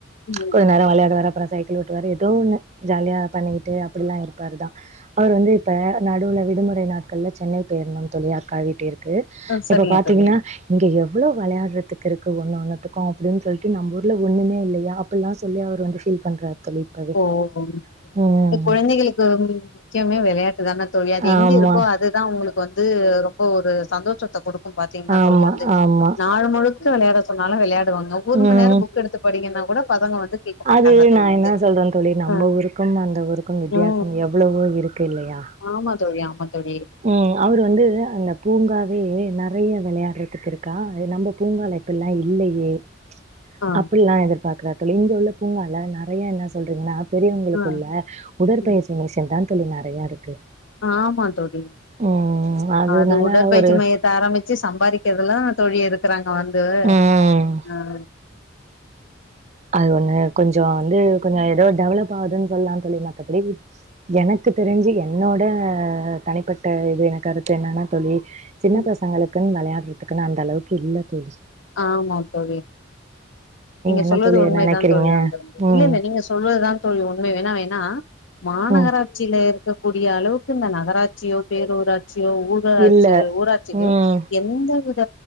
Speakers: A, on the left (about 70°); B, on the right (about 35°).
A: ம்
B: கொஞ்ச நேரோ வெளையாடுவாரு அப்புறோ சைக்கிள் ஓட்டுவாரு ஏதோ ஒன்னு ஜாலியா பண்ணிக்கிட்டு அப் அப்டிலா இருப்பாரு தா அவர் வந்து இப்ப நடுவுல விடுமுறை நாட்கள்ள சென்னை போய் இருந்தோம் தோழி அக் அக்கா வீட்டிற்கு
A: ஆ
B: இப்ப
A: சரிங்க
B: பாத்தீங்ன்னா
A: தோழி
B: இங்க எவ்ளவ் வெளையாட் றதுக்கு இருக்கு ஒன் ஒன்னத்துக்கு அப்டின் சொல்ட்டு நம்ம ஊர்ல ஒன்னுமே இல்லையா அப்பில்லா சொல்லி அவர் வந்து பீல் பண்றாரு தோழி இப்போவே
A: ஓஹம்
B: ம்
A: கொழந்தைகளுக்கு முக்கியமே விளயாட்டுதானே தோழி அது எங்க
B: ஆமாம்
A: இருக்கோ அது அதா அவங்ளுக்கு வந்து ரொம்ப ஒரு சந்தோஷத்த குடுக்கும் பாத்தீங்கன்னா
B: ஆமாம்
A: தோழி வந்து
B: ஆமாம்
A: நா நாள் முழுக்க விளயாட சொன்னாலு விளயாடுவாங்க ஒரு
B: ம்
A: மண் நேரோ புக் எடுத்து படிங்கன்னா கூட பதங்க வந்து கேக்க மாட்டாங்க
B: அது
A: தோழி
B: நான்
A: வந்து
B: என்ன சொல்றேன் தோழி நம்ம
A: ஆ
B: ஊருக்கும் அந்த ஊருக்கும் வித்தியாசம்
A: ம்
B: எவ்ளோவோ இருக்கு இல்லையா
A: ஆமா தோழி ஆமா தோழி
B: ம் அவர் வந்து அந்த பூங்காவே நெறைய வெளயாட்றதுக்கு இருக்கா எ நம்ம பூங்காலே இப்பில்லா இல்லயே
A: ஆ
B: அப்பில்லா எதிர்பாக்றார் தோழி இங்க உள்ள பூங்கால நெறைய என்ன சொல்றீங்ன்னா பெரியவங்களுக்குள்ள
A: ஆ
B: உடற்பயிற்சி
A: ம்
B: மிஷன் தான் தோழி நெறையா இருக்கு
A: ஆமா தோழி
B: ம் அதனால
A: அது உடற்பயிற்சி
B: ஒரு
A: மையத் துல ஆரம்பிச்சு சம்பாதுக்கிறதுலா தோழி இருக்றாங்க வந்து
B: ம்.
A: ஆ
B: அது ஒன்னு கொஞ்சோ வந்து கொஞ்சோ ஏதோ டெவலப் ஆகுதுன் சொல்லா தோழி மத்தபடி எனக்கு தெரிஞ்சு என்னோட தனிப்பட்ட இது என கருத்து என்னன்னா தோழி சின்ன
A: ம்.
B: பசங்களுக்குன் வெளயாட்றதுக்குன் அந்த அளவுக்கு இல்ல தோழி
A: ஆமா தோழி நீங்க
B: என்ன
A: சொல்வது
B: தோழி
A: உண்மைதான்
B: நெனைக்கிறீங்க?
A: தோழி <unintelligible>
B: ம்.
A: இல்ல இல்ல நீங்க சொல்வதுதான் தோழி ஒன்னு வேணா வேணா மாநகராட்
B: ம்.
A: சியில இருக்கக்கூடிய அளவுக்கு இந்த நகராட்சியோ பேரூராட்சியோ ஊர் ஊராட்சியோ
B: இல்ல.
A: ஊராட்சியில்யோ
B: ம்.
A: எந் எந்த வித